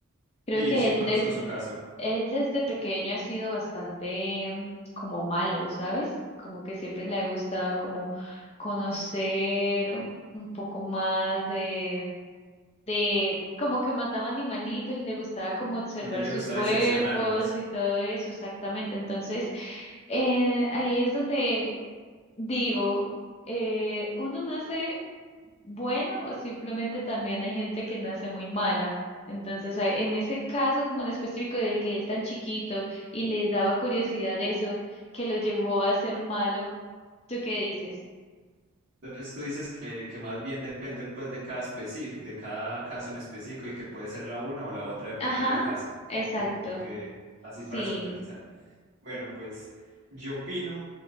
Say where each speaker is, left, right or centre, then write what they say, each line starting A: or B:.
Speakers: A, on the left; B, on the right.
A: Creo
B: Sí,
A: que
B: sí,
A: él
B: conozco
A: desde,
B: su caso.
A: él desde pequeño ha sido bastante mm, como malo, ¿sabes? Como que siempre le ha gustado como conocer un poco más de, de, como que mataba animalitos y le gustaba como observar
B: Sí, a él le
A: sus
B: gusta
A: cuerpos
B: diseccionarlos.
A: y todo eso, exactamente. Entonces, eh, ahí es donde digo, eh, uno nace bueno o simplemente también hay gente que nace muy mala. Entonces, a- en ese caso como en específico de que él tan chiquito y le daba curiosidad eso, que lo llevó a ser malo, ¿tú qué dices?
B: Entonces tú dices que, que más bien depende pues de cada específico, de cada caso en específico y que puede ser la una o la otra dependiendo
A: Ajá,
B: del caso.
A: exacto.
B: Es lo que entiendo que así
A: Sí,
B: para sintetizar. Bueno, pues yo opino,